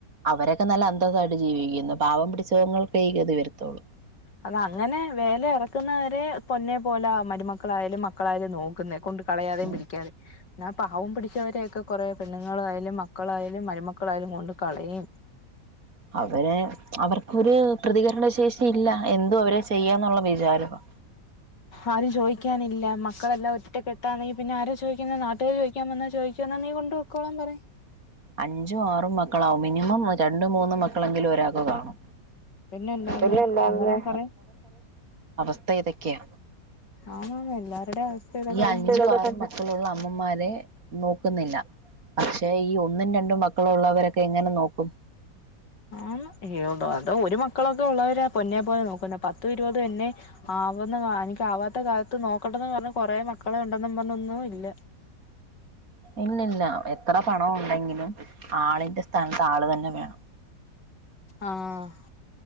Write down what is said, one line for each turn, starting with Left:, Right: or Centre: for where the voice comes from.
Right: അവരൊക്കെ നല്ല അന്തസായിട്ട് ജീവിക്കുന്നു പാവം പിടിച്ച ഇതിങ്ങക്കും ഈ ഗതി വരുത്തുള്ളൂ
Left: അത അങ്ങനെ വേല ഇറക്കുന്നവരെ പൊന്നെപോലെ മരുമക്കളായാലും മക്കളായാലും നോക്കുന്നെ കൊണ്ട്- കളയാതും
Right: ഉം
Left: പിടിക്കാതെ- ആ പാവം പിടിച്ചവരെയൊക്കെ കൊറെ പെണ്ണുങ്ങളായാലും മക്കളായാലും മരുമക്കളായാലും കൊണ്ട് കളയും
Right: അവര് അവർക്കൊരു പ്രതികരണ ശേഷി ഇല്ല എന്തും അവരെ ചെയ്യാന്നുള്ള വിചാരമാണ്
Left: ആരും ചോദിക്കാനില്ല മക്കളെല്ലാം ഒറ്റക്കെട്ടാണേ പിന്നെ ആരാ ചോദിക്കുന്നത് നാട്ടുകർ ചോദ- ചോദിക്കാൻ വന്നാ ചോദിക്കും എന്നാ നീ കൊണ്ട് പൊക്കോളാൻ പറയും
Right: അഞ്ചും ആറും മക്കളാവും മിനിമം രണ്ടും മൂന്നും മക്കളെങ്കിലും ഒരാൾക്ക് കാണും
Left: പിന്നല്ലാതെ
Right: അതല്ലേ ഇണ്ടാവുന്നെ
Left: അന്നേരം പറയും
Right: അവസ്ഥ ഇതൊക്കെയാ
Left: ആഹ് അത് തന്നെ എല്ലാവരുടെയും അവസ്ഥ ഇതൊക്കെ
Right: ഈ അഞ്ചു
Left: തന്നാ
Right: ആറും മക്കളുള്ള അമ്മമാരെ നോക്കുന്നില്ല പക്ഷേ ഈ- ഒന്നും രണ്ടും മക്കളും ഉള്ളവരൊക്കെ എങ്ങനെ നോക്കും
Left: ആന് അതോ ഒരു മക്കളൊക്കെ ഉള്ളവരാ പൊന്നെ പോലെ നോക്കുന്ന പത്ത് ഇരുപത് എന്നെ- ആവുന്ന കാലത്ത് എനിക്കാവാത്ത കാലത്ത് നോക്കണ്ടന്ന് പറഞ്ഞ കൊറെ മക്കളെ ഒണ്ടെന്നും പറഞ്ഞൊന്നും ഇല്ല
Right: ഇല്ലയില്ല എത്ര പണം ഉണ്ടെങ്കിലും ആളിന്റെ സ്ഥാനത്ത് ആള് തന്നെ വേണം
Left: ആഹ്